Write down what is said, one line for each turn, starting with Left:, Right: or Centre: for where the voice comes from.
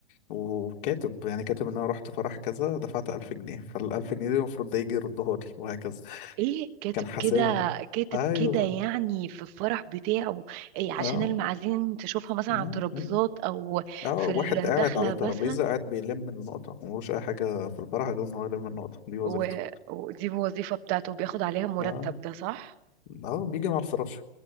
Left: وكاتب يعني كاتب ان انا رحت فرح كذا دفعت ألف جنيه فالألف جنيه دي المفروض ده يجي يردها لي وهكذا
Right: ايه كاتب
Left: كان حاسبها
Right: كده كاتب
Left: ايوه
Right: كده يعني في الفرح بتاعه إيه عشان
Left: اه
Right: المعازيم تشوفها مثلا
Left: مم،
Right: على الترابيزات
Left: مم.
Right: او
Left: اه
Right: في
Left: واحد
Right: الدخلة
Left: قاعد على ترابيزة
Right: مثلا
Left: قاعد بيلم النقطة وملوش أي حاجة في الفرح غير إن هو يلم النقطة دي وظيفته
Right: و... ودي الوظيفة بتاعته بياخد عليها مرتب
Left: اه
Right: ده صح
Left: اه بيجي مع الفراش